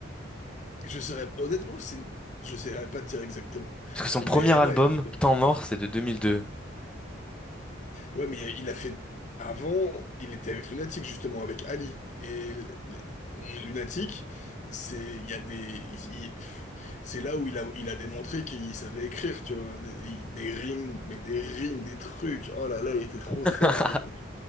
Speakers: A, on the left (about 40°); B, in the centre.
A: Je saurais... Honnêtement, c'est une- je saurais pas dire exactement.
B: Parce que son
A: Mais
B: premier album,
A: ouais, ça fait-
B: Temps mort, c'est de 2002.
A: ouais, mais il a fait... Avant, il était avec Lunatic, justement, avec Ali. Et l- l- Lunatic, c'est... Il y a des... il- C'est là où il a, il a démontré qu'il savait écrire, tu vois. Des, des rimes, mais des rimes, des trucs. Oh là là, il était trop
B: <laughs>
A: fort à l'époque.